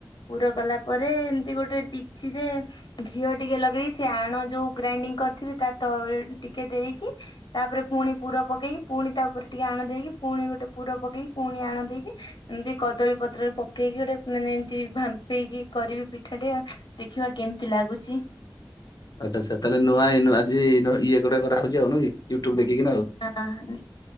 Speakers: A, on the left; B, on the left.
A: ପୁର କଲା ପରେ ଏମିତି ଗୋଟେ ଡିକଚି ରେ- - ଘିଅ ଟିକେ ଲଗେଇ ସେ ଆଣ ଯୋଉ ଗ୍ରାଇଣ୍ଡିଙ୍ଗ କରିଥିବେ ତା ତଳେଟିକେ ଦେଇକି। ତାପରେ ପୁଣି ପୁର ପକେଇକି ପୁଣି ତା ଉପରେ ଟିକେ ଆଣ ଦେଇେଇକି, ପୁଣି ଗୋଟେ ପୁର ପକେଇକି ପୁଣି ଆଣ ଦେଇେଇକି। ଏମତି କଦଳୀ ପତ୍ରରେ ପକେଇକି ଗୋଟେ ମାନେ ଏମତି ଭାମ୍ପେଇକି କରିବି ପିଠାଟେ ଆ। ଦେଖିବା କେମତି ଲାଗୁଚି।
B: ଆ ଆଛା ଛା ତାହେଲେ ନୂଆ ନଆ ଆଜି ଇଏୁଆ ହାଉଛି ଆଉ କି ୟୁଟୁବ ଦେଖିକି ଆଉ।
A: ସତ